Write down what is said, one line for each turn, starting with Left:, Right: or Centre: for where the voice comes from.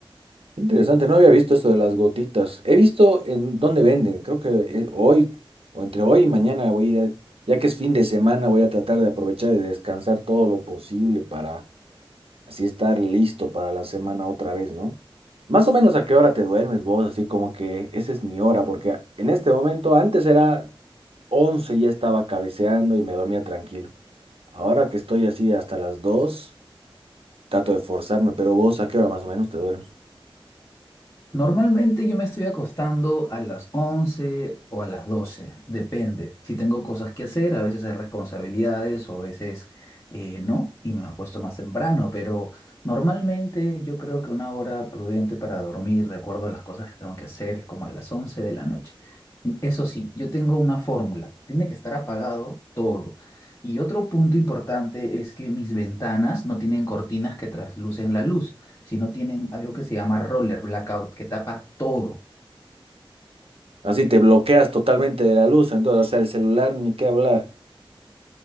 Right: Interesante, no había visto esto de las gotitas. He visto en dónde venden. Creo que eh, hoy o entre hoy y mañana voy a, ya que es fin de semana, voy a tratar de aprovechar de descansar todo lo posible para así estar listo para la semana otra vez, ¿no? Más o menos a qué hora te duermes vos, así como que esa es mi hora, porque en este momento antes era 11 y ya estaba cabeceando y me dormía tranquilo. Ahora que estoy así hasta las 2 trato de forzarme, pero vos a qué hora más o menos te duermes.
Left: Normalmente yo me estoy acostando a las 11 o a las 12, depende. Si tengo cosas que hacer, a veces hay responsabilidades o a veces eh, no, y me acuesto más temprano, pero normalmente yo creo que una hora prudente para dormir, de acuerdo a las cosas que tengo que hacer, es como a las 11 de la noche. Eso sí, yo tengo una fórmula, tiene que estar apagado todo. Y otro punto importante es que mis ventanas no tienen cortinas que traslucen la luz sino tienen algo que se llama roller blackout, que tapa todo.
Right: Así te bloqueas totalmente de la luz, entonces, o sea, el celular ni qué hablar.